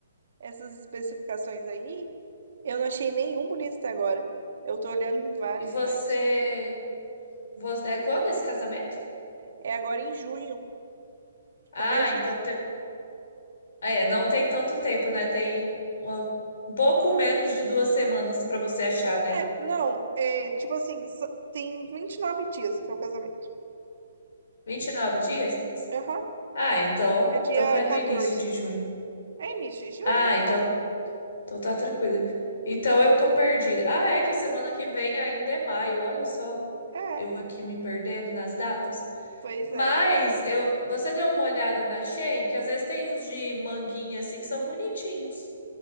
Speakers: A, on the right; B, on the left.
A: essas especificações aí. Eu não achei nenhum bonito até agora. Eu tô olhando em vários
B: E você,
A: sites.
B: vo- é quando esse casamento?
A: É agora em junho,
B: Ah,
A: começo
B: então
A: de junho.
B: É, não tem tanto tempo, né? Tem uma- um pouco menos de duas semanas pra você achar, né?
A: É, não, é tipo assim, só- tem 29 dias até o casamento.
B: 29 dias?
A: Aham,
B: Ah, então,
A: é dia
B: então não é no
A: 14.
B: início de junho.
A: É início de junho?
B: Ah, então, então tá tranquila. Então eu tô perdida. Ah, é que semana que vem ainda é maio, olha só.
A: É,
B: Eu aqui me perdendo nas datas.
A: pois
B: Mas
A: é.
B: eu, você deu uma olhada na Shein, que às vezes tem uns de manguinha assim que são bonitinhos.